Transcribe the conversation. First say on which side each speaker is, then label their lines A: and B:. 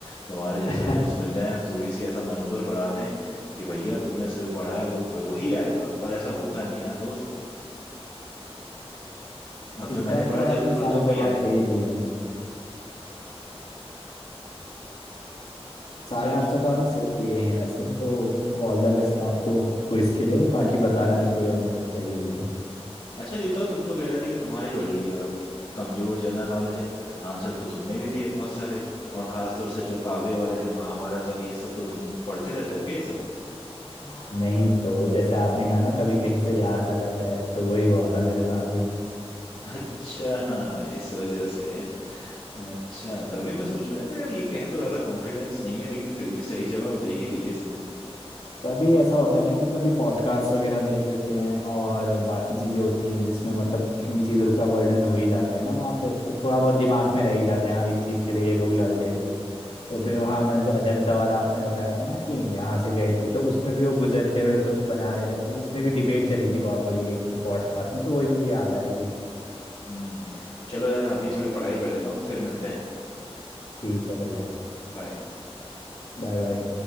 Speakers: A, on the left; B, on the left.
A: तुम्हारे जैसे
B: <laughs>
A: दोस्त मिल जाएं और थोड़ी सी ऐसा मनोबल बढ़ा दें कि भैया तुमने जो पढ़ा है वो वही आएगा पर ऐसा होता नहीं है ना दोस्त अब
B: इस
A: जो मैंने
B: बार
A: पढ़ा
B: तो आपने
A: जरूरी थोड़ी
B: सारे
A: ना वही
B: जवाब
A: आए
B: दे ही दिए हैं सारे
A: चलो
B: आंसर
A: मैं
B: तो आपने सही दिए हैं वैसे तो ऑल द बेस्ट आपको क्विज के लिए बाकी बताना अगर कोई और मदद चाहिए होगी तो
A: अच्छा देवता तुम तो कह रहे थे कि तुम्हारी बड़ी अ, कमजोर जनरल नॉलेज है आंसर तो तुमने भी दिए बहुत सारे और खास तौर से जो काव्य वाले थे महाभारत और ये सब तो तुम पढ़ते रहते हो क्या ये सब
B: हाँ। नहीं तो जैसे आपने कहा ना कभी कहीं से याद आ जाता है तो वही हुआ था मेरे साथ भी
A: अच्छा हाँ इस वजह से अच्छा तभी मैं सोचूं मैं कि यार ये कह तो रहा था कॉन्फिडेंस नहीं है लेकिन फिर भी सही जवाब दे ही दिए इसने
B: कभी ऐसा होता है ना कि कभी पॉडकास्ट वगैरह देख लेते हैं और बाकी चीजें होती हैं जिसमें मतलब इन चीजों का वर्णन हो ही जाता है ना वहाँ पे तो थोड़ा बहुत दिमाग में रह ही जाते हैं हाँ इस चीज के लिए ये लोग लड़ रहे थे तो
A: हम्म
B: फिर वहाँ मैं जो अजंता वाला आपने बताया था ना कि यहाँ से गए थे तो उसमें भी वो गुजरते हुए कुछ बना रहे थे मतलब इसमें भी डिबेट चली थी बहुत बड़ी एक पॉडकास्ट में तो वही मुझे याद आ रही थी
A: हम्म चलो यार अभी थोड़ी पढ़ाई कर लेता हूँ फिर मिलते हैं
B: ठीक है बढ़िया
A: बाय
B: Bye bye